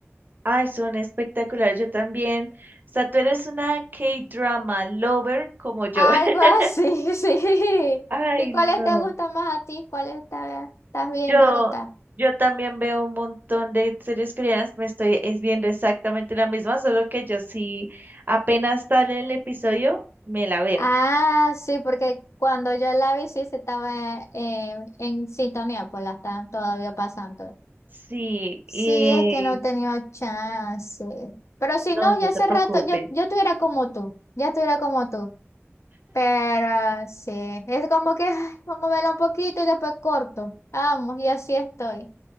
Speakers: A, on the right (about 40°); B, on the left (about 75°).
A: ay, son espectaculares. Yo también. O sea, tú eres una K-drama lover como yo.
B: Algo
A: <laughs>
B: así, <laughs> sí.
A: Ay,
B: ¿Y cuáles
A: no.
B: te gustan más a ti? ¿Cuáles está- estás viendo
A: Yo,
B: ahorita?
A: yo también veo un montón de series coreanas. Me estoy es viendo exactamente la misma, solo que yo sí apenas sale el episodio, me la veo.
B: Ah, sí, porque cuando yo la vi, sí, se estaba eh, en sintonía, pues la están todavía pasando.
A: Sí,
B: Sí,
A: y
B: es que no he tenido chance. Pero si
A: no,
B: no,
A: no
B: ya hace
A: te preocupes.
B: rato, yo, yo estuviera como tú, ya estuviera como tú. Pero sí, es como que ay, vamos a verla un poquito y después corto. Vamos, y así estoy.